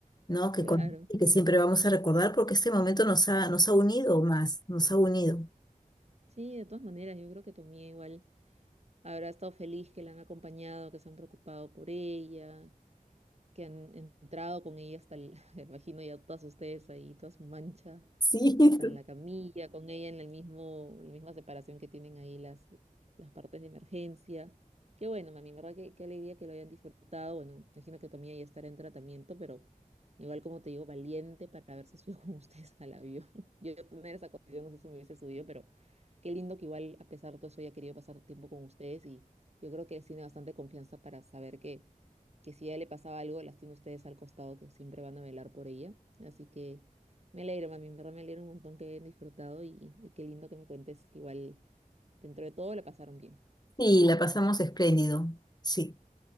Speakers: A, on the left (about 30°); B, on the right (about 45°).
A: ¿no? Que
B: Claro.
A: y que siempre vamos a recordar porque este momento nos ha, nos ha unido más, nos ha unido.
B: Sí, de todas maneras, yo creo que tu amiga igual habrá estado feliz que la han acompañado, que se han preocupado por ella. que han entrado con ella hasta el, <laughs> me imagino ya todas ustedes ahí, toda su mancha,
A: Sí, <laughs>
B: hasta en la camilla, con ella en el mismo, la misma separación que tienen ahí las, las partes de emergencia. Qué bueno, mami, en verdad que qué alegría que lo hayan disfrutado. Bueno, me imagino que tu amiga ya estará en tratamiento, pero igual como te digo, valiente para haberse subido <laughs> con ustedes al avión. <laughs> Yo tener esa condición, no sé si me hubiese subido, pero qué lindo que igual a pesar de todo eso haya querido pasar tiempo con ustedes y yo creo que les tiene bastante confianza para saber que que si a ella le pasaba algo, las tiene ustedes al costado, que siempre van a velar por ella. Así que me alegro, mami, en verdad me alegro un montón que hayan disfrutado y, y qué lindo que me cuentes que igual dentro de todo la pasaron bien.
A: Y la pasamos espléndido, sí.